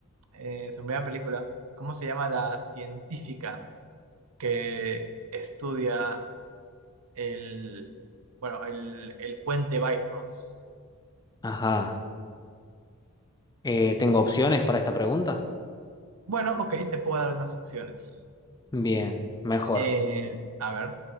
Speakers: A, on the right; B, on the left.
A: eh, su primera película, ¿cómo se llama la científica que estudia El, bueno, el, el puente Bifrost.
B: Ajá. Eh, ¿tengo opciones para esta pregunta?
A: Bueno, ok, te puedo dar unas opciones.
B: Bien, mejor.
A: Eh, a ver,